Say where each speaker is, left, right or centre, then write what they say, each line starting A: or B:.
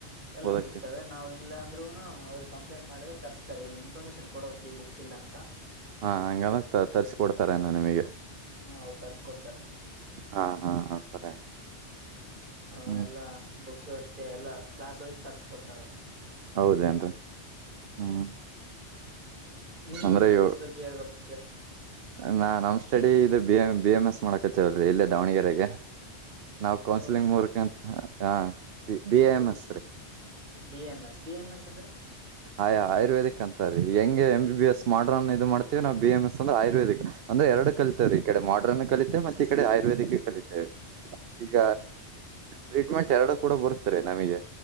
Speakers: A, on the right; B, on the right.
A: ಎಲ್ಲ
B: ಓದಕ್ಕೆ
A: ಸಿಗ್ತವೆ ನಾವು ಇಲ್ಲ ಅಂದ್ರೂನು. ಅವ್ರಿಗೆ ಕಂಪ್ಲೇಂಟ್ ಮಾಡಿದ್ರೆ ತರಸ್ತಾರೆ ಇನ್ಫಾರ್ಮೇಶನ್ ಕೊಡ್ಬೆಕ್ ಈ ಬುಕ್ ಇಲ್ಲ ಅಂತ.
B: ಹಾ ಹಂಗಲ್ಲ ತರ್ರಿಸಿಕೊಡ್ತಾರನ್ನು ನಿಮಗೆ.
A: ಹಾ ಅವ್ರು ತರ್ಸ್ಕೊಡ್ತಾರೆ.
B: ಹಾ ಹಾ ಹಾ ಸರಿ
A: ಅವ
B: ಹ್ಮ್
A: ಎಲ್ಲಾ ಬುಕ್ಸ್ ಅಷ್ಟೆ ಎಲ್ಲಾ ಕ್ಲಾಸ್ ವೈಸ್ ತರ್ಸ್ಕೊಡ್ತಾರ ಅವ್ರು.
B: ಹೌದೇನ್ರೀ ಹ್ಮ್.
A: ನಿಮ್ದು
B: ಅಂದ್ರೆ
A: ಸ್ಟಡೀಸ್
B: ಇವ
A: ಬಗ್ಗೆ ಹೇಳ್ಬಕ್.
B: ನಾ ನಮ ಸ್ಟಡಿ ಇದು ಬಿ ಬಿ ಎಮ್ ಎಸ್ ಮಾಡ. ಕಚೌಲ್ರಿ ಇಲ್ಲೇ ದಾವಣಗೆರೆಗೆ ನಾವ್ ಕೌನ್ಸಿಲಿಂಗ್
A: ನೀವು
B: ಮೂರ್ಕ ಅಂತ ಹ. ಬಿ ಬಿ ಎ
A: ನೀವು
B: ಎಮ ಎಸ್ ರೀ.
A: B M S B M S ಅಂದ್ರೆ
B: ಆಯ ಆಯುರ್ವೇದಿಕ್ ಅಂತ ರೀ. ಹೆಂಗೆ ಎಂ ಬಿ ಬಿಸ್ ಮಾಡ್ರನ್ ಇದು ಮಾಡ್ತೀವಿ ನಾವು ಬಿ ಎಮ್ ಎಸ್ ಅಂದ್ರೆ ಆಯುರ್ದಿಕ್ ಅಂದ್ರ ಎರಡು ಕಲಿತಿವ್ ರೀ ಈ ಕಡೆ ಮಾಡ್ರನ್. ಕಲಿತೆ ಮತ್ತೆ ಈ ಕಡೆ ಆಯುರ್ವೇದಿಕ್ ಕಲಿತವೆ. ಈಗ ಟ್ರೀಟ್ಮೆಂಟ್ ಎರಡು ಕೂಡ ಬರ್ತಾರೆ ನಮಗೆ